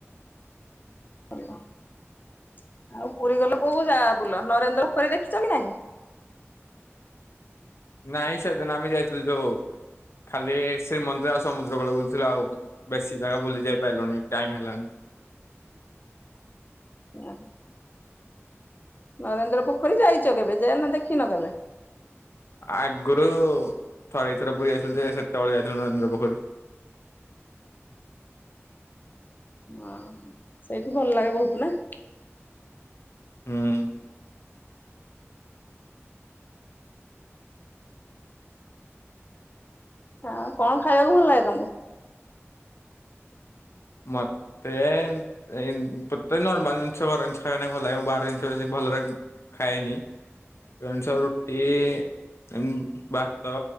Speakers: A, on the left (about 40°); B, on the left (about 65°).
A: ଭଲ ଆଉ ପୁରୀ ଗଲେ କୋଉ କୋଉ ଜାଗା ବୁଲ ନରେନ୍ଦ୍ର ପୋଖରୀ ଦେଖିଚ କି ନାହିଁ?
B: ନାଇଁ ସେଦିନ ଆମେ ଯାଇଥିଲୁ ଯୋଉ ଖାଲି ଶ୍ରୀ ମନ୍ଦିର ଆଉ ସମୁଦ୍ର କୂଳ ବୁଲୁଥିଲୁ ଆଉ ବେଶୀ ଜାଗା ବୁଲି ଯାଇ ପାରିଲୁନି ଟାଇମ ହେଲାନି।
A: ଓହୋ। ନରେନ୍ଦ୍ର ପୋଖରୀ ଯାଇଚ କେବେ ଯା ନା ଦେଖିନ କେବେ?
B: ଆଗୁରୁ ଥରେ ଦି ଥର ପୁରୀ ଯାଇଥିଲୁ ଯେ ସେତେବେଳେ ଯାଇଥିଲୁ ନରେନ୍ଦ୍ର ପୋଖରୀ।
A: ଓହୋ ସେଇଠି ଭଲ ଲାଗେ ବହୁତ ନା?
B: ହୁଁ।
A: ଆଉ କଣ ଖାଇଆକୁ ଭଲ ଲାଗେ ତମୁକୁ?
B: ମତେ ଏଇ ଉଁ ପତେ ନର୍ମାଲ ଜିନିଷ ଘର ଜିନିଷ ଖାଇଆ ନାଗି ଭଲ ଲାଗେ ମୁଁ ବାହାର ଜିନିଷ ବେଶୀ ଭଲ ଲା ଖାଏନି। ଜିନିଷ ରୁଟି ଉଁ ଭାତ